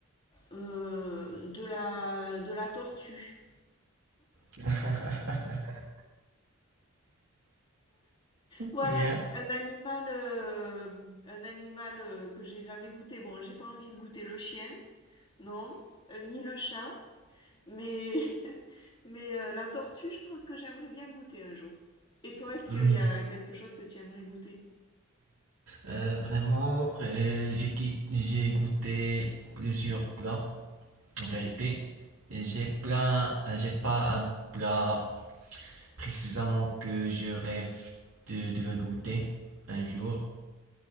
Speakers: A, on the left (about 20°); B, on the right (about 75°).
A: euh, de, la, de la tortue.
B: <laughs>
A: Voilà,
B: Bien.
A: un animal, euh, un animal euh, que j'ai jamais goûté. Bon, j'ai pas envie de goûter le chien, non, euh, ni le chat, mais, <laughs> mais euh, la tortue, je pense que j'aimerais bien goûter un jour. Et toi, est-ce qu'il
B: Hmm.
A: y a quelque chose que tu aimerais goûter
B: Euh, vraiment, euh, j'ai qui- j'ai goûté plusieurs plats, en
A: Ouais,
B: vérité. Et j'ai pas, j'ai pas un plat précisément que je rêve de, de le goûter un jour.